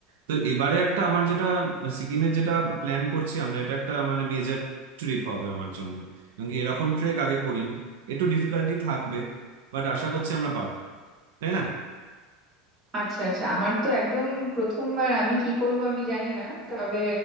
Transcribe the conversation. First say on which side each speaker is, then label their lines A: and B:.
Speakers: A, on the right (about 90°); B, on the right (about 15°).
A: তো এবারে একটা আমার যেটা সিকিমে যেটা প্ল্যান করছি আমরা এটা একটা মানে মেজর ট্রিপ হবে আমার জন্য এবং কি এরকম ট্রেক আগে করিনি একটু ডিফিকাল্টি থাকবে বাট আশা করছি আমরা পারবো তাই না
B: আচ্ছা আচ্ছা আমার তো একদম প্রথমবার আমি কি করব আমি জানি না তবে